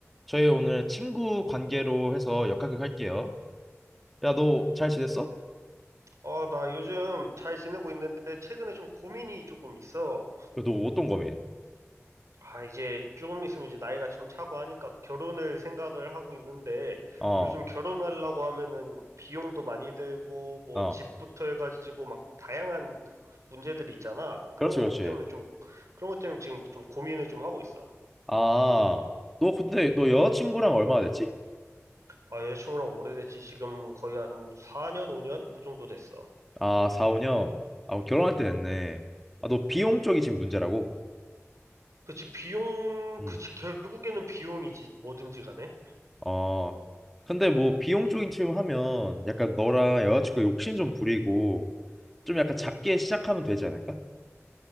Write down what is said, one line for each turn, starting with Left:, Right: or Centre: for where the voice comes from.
Centre: 저희 오늘 친구 관계로 해서 역학극 할게요. 야, 너 잘 지냈어?
Right: 아, 나 요즘 잘 지내고 있는데 최근에 좀 고민이 조금 있어.
Centre: 야, 너 어떤 고민?
Right: 아, 이제 조금 있으면 이제 나이가 좀 차고 하니까 결혼을 생각을 하고 있는데
Centre: 어,
Right: 요즘 결혼하려고 하면은 막 비용도 많이 들고 뭐
Centre: 어.
Right: 집부터 해가지고 막 다양한 문제들이 있잖아. 그런
Centre: 그렇지,
Right: 것
Centre: 그렇지.
Right: 때문에 좀 그런 것 때문에 지금 좀 고민을 좀 하고 있어.
Centre: 아, 너 근데 너 여자친구랑 얼마나 됐지?
Right: 아, 여자친구랑 오래됐지 지금 거의 한 4년, 5년 그 정도 됐어.
Centre: 아, 4, 5년. 아, 그럼 결혼할 때 됐네. 아, 너 비용 쪽이 지금 문제라고?
Right: 그치, 비용,
Centre: 응.
Right: 그치, 결국에는 비용이지, 뭐든지 간에.
Centre: 어. 근데 뭐 비용 쪽인 지금 하면 약간 너랑 여자친구 욕심 좀 부리고 좀 약간 작게 시작하면 되지 않을까?